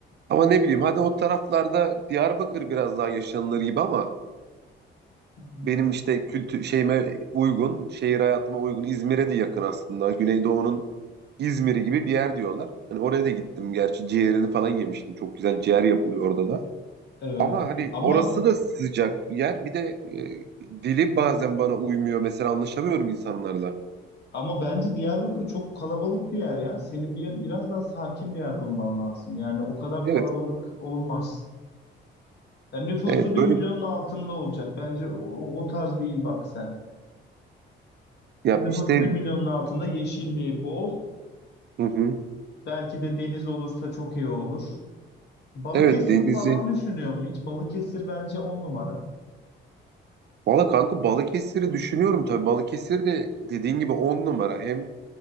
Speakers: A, on the right; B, on the left.
A: Ama ne bileyim hadi o taraflarda Diyarbakır biraz daha yaşanılır gibi ama
B: Aha.
A: benim işte kültür şeyime uygun, şehir hayatıma uygun. İzmir'e de yakın aslında. Güneydoğu'nun İzmir'i gibi bir yer diyorlar. Hani oraya da gittim gerçi ciğerini falan yemiştim. Çok güzel ciğer yapılıyor orada da.
B: Evet.
A: Ama hani
B: Ama
A: orası da sıcak yer. Bir de e, dili bazen bana uymuyor. Mesela anlaşamıyorum insanlarla.
B: Ama bence Diyarbakır çok kalabalık bir yer ya. Senin bir, biraz daha sakin bir yer bulman lazım. Yani o kadar
A: Evet,
B: kalabalık olmaz. Yani nüfusu
A: evet
B: bir
A: böyle
B: milyonun altında olacak. Bence o, o tarz değil bak sen.
A: ya
B: Nüfusu
A: işte
B: bir milyonun altında yeşilliği bol.
A: hı hı.
B: Belki de deniz olursa çok iyi olur. Balıkesir
A: Evet denizi.
B: falan düşünüyor mu hiç? Balıkesir bence on numara.
A: Valla kanka Balıkesir'i düşünüyorum tabii. Balıkesir de dediğin gibi on numara. Hem